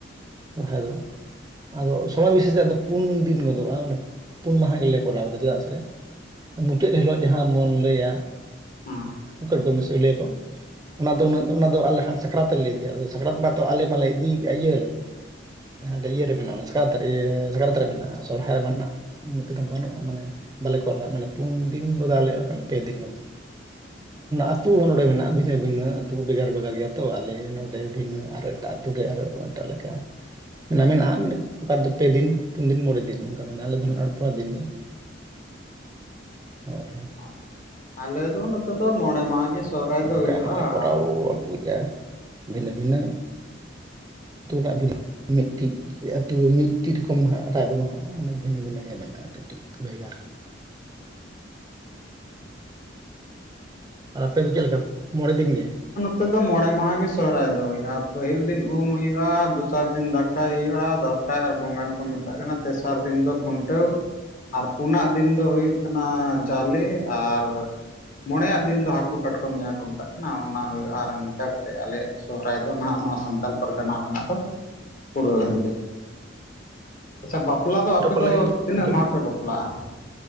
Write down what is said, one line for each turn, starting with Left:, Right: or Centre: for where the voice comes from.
Right: ᱥᱚᱨᱦᱟᱭ ᱫᱚ ᱟᱫᱚ ᱥᱚᱢᱚᱭ ᱵᱤᱥᱮᱥ ᱛᱮ ᱟᱫᱚ ᱯᱩᱱ ᱫᱤᱱ ᱜᱚᱫᱚᱜᱼᱟ ᱢᱟᱱᱮ ᱯᱩᱱ ᱢᱟᱦᱟ ᱜᱮᱞᱮ ᱠᱚᱨᱟᱣ ᱮᱫᱟ ᱪᱮᱫᱟᱜ ᱥᱮ ᱢᱩᱪᱟᱹᱫ ᱦᱤᱞᱳᱜ ᱡᱟᱦᱟᱸ ᱵᱚᱱ ᱞᱟᱹᱭᱟ
Left: ᱦᱩᱸ
Right: ᱦᱟᱹᱠᱩ ᱠᱟᱴᱠᱚᱢ ᱜᱮᱥᱮ ᱞᱟᱹᱭᱟ ᱠᱚ ᱚᱱᱟ ᱫᱚ ᱩᱱᱟᱹᱜ ᱚᱱᱟᱫᱚ ᱟᱞᱮ ᱠᱷᱟᱱ ᱥᱟᱠᱨᱟᱛ ᱨᱮᱞᱮ ᱤᱫᱤᱭᱟ ᱟᱫᱚ ᱥᱟᱠᱨᱟᱛ ᱵᱟᱛᱚ ᱟᱞᱮ ᱢᱟᱞᱮ ᱤᱫᱤᱭ ᱠᱟᱜᱼᱟ ᱤᱭᱟᱹᱨᱮ ᱦᱮᱸ ᱤᱭᱟᱹᱨᱮ ᱢᱮᱱᱟᱜᱼᱟ ᱥᱟᱠᱨᱟᱛ ᱤᱭᱟᱹ ᱥᱟᱠᱨᱟᱛ ᱨᱮ ᱢᱮᱱᱟᱜᱼᱟ ᱥᱚᱨᱚᱦᱟᱭ ᱢᱟ ᱱᱷᱟᱜ ᱩᱱᱟᱹᱜ ᱛᱮ ᱵᱟᱹᱱᱩᱜᱼᱟ ᱢᱟᱱᱮ ᱵᱟᱞᱮ ᱠᱚᱨᱟᱣᱟ ᱢᱟᱱᱮ ᱯᱩᱱ ᱫᱤᱱ ᱜᱚᱫ ᱟᱞᱮ ᱵᱟᱠᱷᱟᱱ ᱯᱮ ᱫᱤᱱ ᱜᱚᱫ ᱟᱹᱛᱩ ᱦᱚᱸ ᱱᱚᱰᱮ ᱢᱮᱱᱟᱜᱼᱟ ᱵᱷᱤᱱᱟᱹ ᱵᱷᱤᱱᱟᱹ ᱟᱹᱛᱩ ᱵᱷᱮᱜᱟᱨ ᱵᱷᱮᱜᱟᱨ ᱜᱮᱭᱟ ᱛᱚ ᱟᱞᱮ ᱱᱚᱸᱰᱮ ᱵᱷᱤᱱᱟᱹ ᱟᱨᱚ ᱮᱴᱟᱜ ᱟᱹᱛᱩ ᱨᱮ ᱟᱨᱚ ᱮᱴᱟᱜ ᱞᱮᱠᱟ ᱢᱮᱱᱟᱜᱼᱟ ᱢᱮᱱᱟᱜᱼᱟ ᱢᱟᱱᱮ ᱚᱠᱟ ᱫᱚ ᱯᱮ ᱫᱤᱱ ᱯᱩᱱ ᱫᱤᱱ ᱢᱚᱬᱮ ᱫᱤᱱ ᱚᱱᱠᱟ ᱢᱮᱱᱟᱜᱼᱟ ᱟᱞᱮ ᱫᱚ ᱯᱚᱨᱮᱨ ᱫᱤᱱ ᱜᱮ ᱦᱳᱭ ᱦᱳᱭ
Left: ᱟᱪᱪᱷᱟ, ᱟᱞᱮ ᱫᱚ ᱱᱚᱛᱮ ᱫᱚ ᱢᱚᱬᱮ ᱢᱟᱦᱟ ᱜᱮ ᱥᱚᱦᱨᱟᱭ ᱫᱚ
Right: ᱚᱱᱠᱟ
Left: ᱦᱩᱭᱩᱜᱼᱟ
Right: ᱱᱷᱟᱜ
Left: ᱟᱨ
Right: ᱞᱮ ᱠᱚᱨᱟᱣ ᱟᱹᱜᱩᱭᱮᱫᱼᱟ ᱵᱷᱤᱱᱟᱹ ᱵᱷᱤᱱᱟᱹ <unintelligible> ᱢᱤᱫᱴᱤᱡ ᱟᱹᱛᱩ ᱢᱤᱫᱴᱤᱡ ᱨᱚᱠᱚᱢ ᱦᱟᱜ ᱮᱴᱟᱜ ᱫᱚ ᱵᱟᱹᱱᱩᱜᱼᱟ ᱢᱟᱱᱮ ᱵᱷᱤᱱᱟᱹ ᱵᱷᱤᱱᱟᱹ ᱜᱮ ᱢᱮᱱᱟᱜᱼᱟ ᱠᱟᱹᱴᱤᱡ ᱵᱷᱮᱜᱟᱨ ᱜᱮ ᱦᱮᱸ ᱟᱨ ᱟᱯᱮ ᱫᱚ ᱪᱮᱫ ᱞᱮᱠᱟ ᱢᱚᱬᱮ ᱫᱤᱱ ᱜᱮ
Left: ᱱᱚᱛᱮᱫ ᱫᱚ ᱢᱚᱬᱮ ᱢᱟᱦᱟ ᱜᱮ ᱥᱚᱦᱨᱟᱭ ᱫᱚ ᱦᱩᱭᱩᱜᱼᱟ ᱯᱟᱹᱦᱤᱞ ᱫᱤᱱ ᱩᱢ ᱦᱩᱭᱩᱜᱼᱟ ᱫᱚᱥᱟᱨ ᱫᱤᱱ ᱫᱟᱠᱟ ᱫᱟᱠᱟ ᱦᱩᱭᱩᱜᱼᱟ ᱫᱟᱥᱟᱭ ᱟᱨ ᱵᱚᱸᱜᱟᱱ ᱠᱚ ᱢᱮᱛᱟᱜ ᱠᱟᱱᱟ ᱛᱮᱥᱟᱨ ᱫᱤᱱ ᱫᱚ ᱠᱷᱩᱱᱴᱟᱹᱣ ᱟᱨ ᱯᱩᱱᱟᱜ ᱫᱤᱱ ᱫᱚ ᱦᱩᱭᱩᱜ ᱠᱟᱱᱟ ᱡᱟᱞᱮ ᱟᱨ ᱢᱬᱮᱭᱟᱜ ᱫᱤᱱ ᱫᱚ ᱦᱟᱹᱠᱩ ᱠᱟᱴᱠᱚᱢ ᱡᱟᱦᱟᱸ ᱠᱚ ᱢᱮᱛᱟᱜ ᱠᱟᱱᱟ ᱚᱱᱟ ᱦᱩᱭᱩᱜᱼᱟ ᱟᱨ ᱤᱱᱠᱟᱹ ᱠᱟᱛᱮ ᱟᱞᱮᱭᱟᱜ ᱥᱚᱦᱨᱟᱭ ᱫᱚ ᱱᱟᱦᱟᱜ ᱱᱚᱣᱟ ᱥᱟᱱᱛᱟᱲ ᱯᱟᱨᱜᱟᱱᱟ ᱨᱮᱱᱟᱜ ᱫᱚ ᱯᱩᱨᱟᱹᱣᱮᱱ ᱜᱮ ᱟᱪᱪᱷᱟ ᱵᱟᱯᱞᱟ ᱫᱚ ᱟᱯᱮ
Right: ᱯᱟᱞᱮ
Left: ᱫᱚ ᱛᱤᱱᱟᱹᱜ
Right: ᱟᱸᱡᱚᱢ
Left: ᱢᱟᱦᱟ ᱯᱮ ᱵᱟᱯᱞᱟᱜᱼᱟ